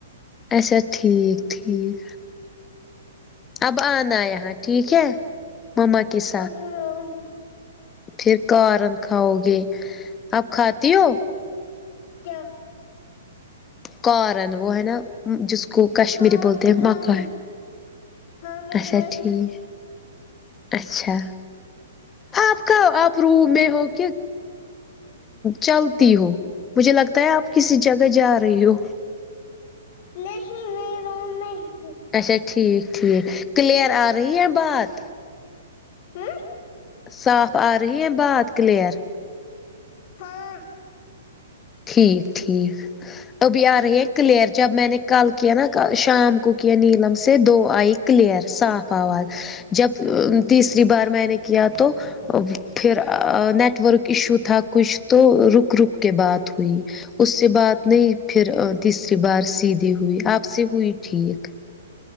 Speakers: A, on the left; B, on the left.
A: اچھا ٹھیک ٹھیک اب آنا آ یہاں ٹھیک ہے مما کس
B: اوکے <unintelligible> گ
A: پھر کارن کھاؤ گے آپ کھاتی ہو
B: کیا
A: کارن وہ ہے نا جس کو کشمیری
B: ہاں
A: بولتے
B: میں
A: ہیں
B: کھاتی
A: مکا
B: ہاں میں
A: اچھا
B: کھاتی
A: ٹھیک اچھا آپ کہا آپ روم میں ہو کہ چلتی ہو مجھے لگتا ہے آپ کسی جگہ جا رہی ہو
B: نہیں میں روم میں ہوں
A: اچھا ٹھیک ٹھیک کلیئر آ رہی ہے بات
B: ہمم
A: صاف آ رہی ہے بات کلیئر
B: ہاں
A: ٹھیک ٹھیک ابھی آ رہی ہیں کلیئر جب میں نے کل کیا نہ شام کو کیا نیلم سے دو آئ کلیئر صاف آواز جب تیسری بار میں نے کیا تو پھر ا نیٹورک ایشو تھا کچھ تو رک رک کے بات ہوئی اس سے بات نہیں پھر
B: ہوں،
A: تیسری بار سیدھی ہوئی آپ سے ہوئی ٹھیک